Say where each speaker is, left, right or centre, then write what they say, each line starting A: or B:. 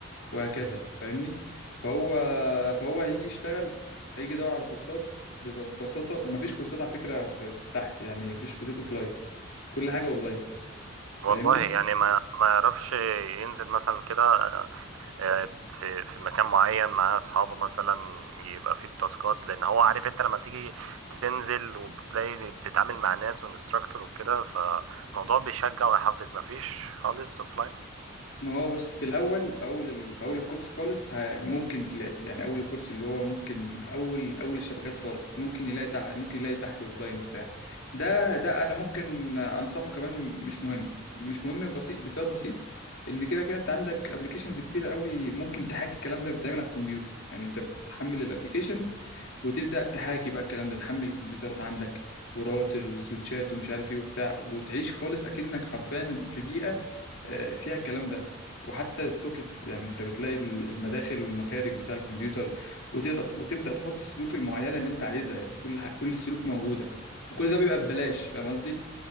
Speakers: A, on the left; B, on the right.
A: وهكذا فاهمني فهو فهو هيجي يشتغل هيجي يدور على كورسات بب- ببساطة مفيش كورسات على فكرة في في تحت يعني مفيش كورسات اوفلاين كل حاجة اونلاين
B: والله
A: فاهمني
B: يعني ما ما يعرفش ينزل مثلا كده آه، آه، في في مكان معين مع اصحابه مثلا يبقى فيه تاسكات لان هو عارف انت لما تيجي تنزل وبتلاقي بتتعامل مع ناس وانستراكتور وكده فالموضوع بيشجع ويحفز ما فيش خالص اوفلاين
A: ما هو بص في الاول في اول ال- في اول الكورس خالص ه- ممكن تلاقي يعني اول الكورس اللي هو ممكن اول اول الشبكات خالص ممكن يلاقي تح... ممكن يلاقي تحت اوفلاين وبتاع ده ده انا ممكن انصحه كمان مش مهم مش مهم بسيط بسبب بسيط ان كده كده انت عندك ابلكيشنز كتير قوي ممكن تحاكي الكلام ده بتتعمل على الكمبيوتر يعني انت بتحمل الابلكيشن وتبدا تحاكي بقى الكلام ده تحمل الكمبيوترات عندك وراوتر وسويتشات ومش عارف ايه وبتاع وتعيش خالص اكنك حرفيا في بيئه آه، فيها الكلام ده وحتى السوكيتس يعني انت بتلاقي ال- المداخل والمخارج بتاع الكمبيوتر وتبدا وتبدا تحط السلوك المعينه اللي انت عايزها يعني كل ح- كل السلوك موجوده وكل ده بيبقى ببلاش فاهم قصدي